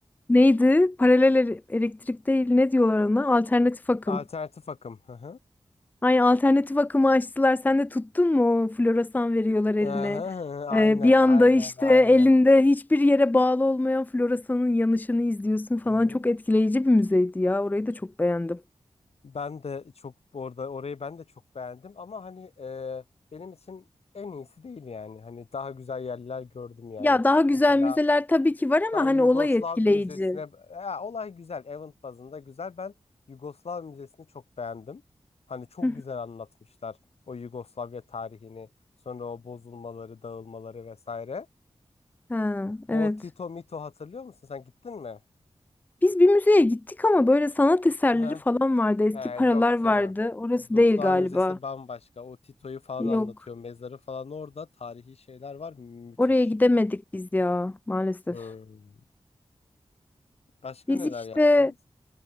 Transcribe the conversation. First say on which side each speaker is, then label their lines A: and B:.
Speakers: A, on the left; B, on the left.
A: neydi? Paralel ele- elektrik değil ne diyorlar ona? Alternatif akım.
B: Alternatif akım. Hı hı.
A: Ay alternatif akımı açtılar. Sen de tuttun mu? o Floresan veriyorlar eline.
B: Hı hı. hı. Aynen
A: Ee, bir anda
B: aynen
A: işte
B: aynen.
A: elinde hiçbir yere bağlı olmayan floresanın yanışını izliyorsun falan.
B: Hı hı.
A: Çok etkileyici bir müzeydi ya. Orayı da çok beğendim.
B: Ben de çok orada orayı ben de çok beğendim ama hani e, benim için en iyisi değil yani. Hani daha güzel yerler gördüm yani.
A: Ya daha güzel
B: Mesela
A: müzeler tabii ki var
B: Ben
A: ama
B: Yugoslav
A: hani olay etkileyici.
B: Müzesi'ne ya, olay güzel. Event bazında güzel. Ben Yugoslav Müzesi'ni çok beğendim. Hani çok
A: Hı hı.
B: güzel anlatmışlar o Yugoslavya tarihini, sonra o bozulmaları, dağılmaları vesaire.
A: Ha,
B: O
A: evet.
B: Tito Mito hatırlıyor musun? Sen gittin mi?
A: Biz bir müzeye gittik ama böyle sanat eserleri
B: Heh.
A: falan vardı. Eski
B: He,
A: paralar
B: yok canım.
A: vardı. Orası
B: Yugoslav
A: değil galiba.
B: Müzesi bambaşka. O Tito'yu falan
A: Yok.
B: anlatıyor. Mezarı falan orada. Tarihi şeyler var. Müthiş.
A: Oraya gidemedik biz ya maalesef.
B: Hmm. Başka
A: Biz
B: neler
A: işte
B: yaptınız?